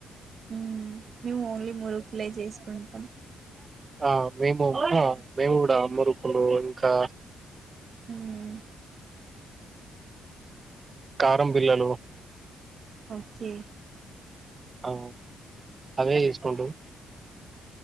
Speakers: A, on the right (about 50°); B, on the right (about 30°).
A: ఉ మేము ఓన్లీ మురుకులే చేసుకుంటాం
B: ఆ మేము మేము కూడా మురుకులు ఇంకా
A: మ్మ్
B: కారం బిల్లలు
A: ఓకే
B: అ అవే ఇష్టం ఉంట